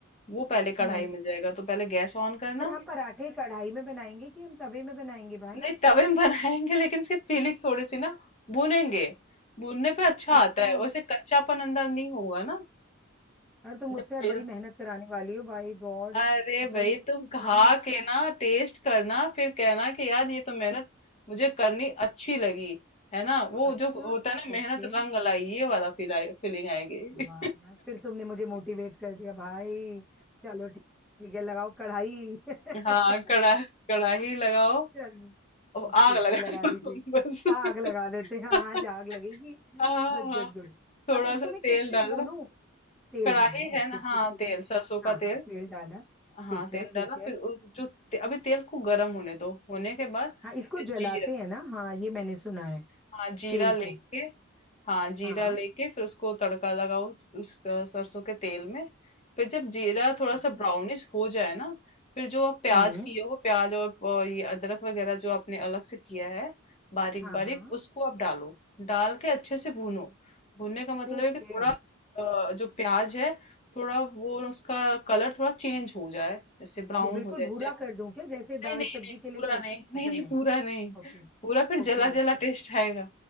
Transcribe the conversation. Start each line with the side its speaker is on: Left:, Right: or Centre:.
Left: वो पहले कढ़ाई
Centre: हम्म
Left: में जाएगा तो पहले गैस ऑन करना
Centre: पर हम पराठे कढ़ाई में बनाएंगे कि हम तवे में बनाएंगे भाई
Left: नहीं तवे में <laughs> बनाएंगे लेकिन इसकी फीलिंग थोड़ी सी ना भूनेंगे भूनने पे अच्छा आता
Centre: अच्छा
Left: है वैसे कच्चापन अंदर नहीं होगा ना
Centre: अरे तो मुझसे
Left: जब
Centre: आज
Left: तेल
Centre: बड़ी मेहनत कराने वाली हो भाई गॉड
Left: अरे
Centre: अब पहले
Left: भाई
Centre: मैं इसको
Left: तुम
Centre: भूनूं
Left: खा के ना टेस्ट करना फिर कहना कि यार ये तो मेहनत मुझे करनी अच्छी लगी है ना वो
Centre: अच्छा
Left: जो होता है ना मेहनत
Centre: ओके
Left: रंग लाई ये वाला फील फीलिंग आएगी
Centre: वाह यार, फिर तुमने मुझे मोटिवेट कर दिया भाई चलो ठीक ठीक है लगाओ कढ़ाई <laughs>
Left: <laughs> हाँ कड़ा कड़ाही लगाओ
Centre: चलो
Left: अब
Centre: ठीक
Left: आग लगा
Centre: है लगा
Left: दो
Centre: दीजिए
Left: तुम बस
Centre: आग लगा देते हैं हाँ,
Left: <laughs>
Centre: आज आग लगेगी
Left: हाँ
Centre: Good
Left: हाँ
Centre: good good
Left: थोड़ा
Centre: अब इसको
Left: सा
Centre: मैं किस
Left: तेल
Centre: में
Left: डालो
Centre: भूनूं तेल
Left: कड़ाही
Centre: डालूं
Left: है
Centre: ओके
Left: ना
Centre: ठीक
Left: हाँ
Centre: है जी
Left: तेल सरसों
Centre: हाँ
Left: का तेल
Centre: हाँ तेल डाला
Left: हाँ
Centre: ठीक
Left: तेल
Centre: है
Left: डाला
Centre: ठीक है
Left: फिर उ- जो ते, अभी तेल को गर्म होने दो होने के बाद
Centre: हाँ इसको
Left: फिर
Centre: जलाते
Left: जीरा
Centre: हैं ना हाँ ये मैंने सुना है
Left: हाँ जीरा
Centre: तेल
Left: लेके
Centre: को
Left: हाँ जीरा
Centre: हाँ
Left: लेके फिर उसको तड़का लगाओ उस, उस अ, सरसों के तेल में फिर जब जीरा थोड़ा
Centre: ठीक
Left: सा ब्राउनिश
Centre: है।
Left: हो जाए ना फिर जो आप प्याज
Centre: हम्म
Left: किए हो प्याज और अ, ये अदरक वगैरह जो आपने अलग से किया है बारीक
Centre: हाँ
Left: बारीक
Centre: हाँ
Left: उसको आप डालो डाल के अच्छे से भूनो भूनने का मतलब
Centre: ओके
Left: है कि थोड़ा अ, जो प्याज है थोड़ा वो उसका कलर थोड़ा चेंज हो जाए जैसे ब्राउन
Centre: वो बिल्कुल
Left: हो जाए
Centre: भूरा कर दूं क्या जैसे दाल
Left: नहीं नहीं
Centre: सब्जी
Left: नहीं
Centre: के लिए
Left: पूरा
Centre: कर
Left: नहीं
Centre: अच्छा
Left: नहीं नहीं
Centre: नहीं
Left: पूरा नहीं
Centre: Okay
Left: पूरा फिर
Centre: okay
Left: जला
Centre: okay
Left: जला टेस्ट आएगा